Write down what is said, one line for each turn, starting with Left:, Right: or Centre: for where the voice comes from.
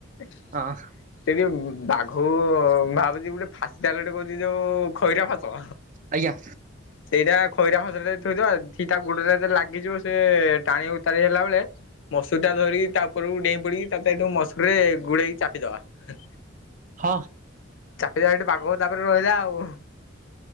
Left: ସେ
Right: ହଁ
Left: ଯୋଉ ବାଘ ଭାବୁଛି ଗୋଟେ ଫାଶି ଜାଲ କହୁଛି ଯୋଉ ଖଇରା ଫାସ
Right: ଆଜ୍ଞା
Left: ସେଇଟା ଖଇରା ଫସଲ ଥିବ ଧ ତା ଗୋଡ଼ଟାତ ଲାଗିଯିବ ସେ ଟାଣି ଉତାରି ହେଲା ବେଳେ ମସୁର ଟା ଧରି ତା ଉପରରୁ ଡେଇଁ ପୁଡିବି ତାଠୁ ମସୁର ରେ ଗୋଡେଇକି ଚାପିଦବା।
Right: ହଁ।
Left: ଚାପି ଏଠି ବାଘ ତାପରେ ରହିଲା ଆଉ।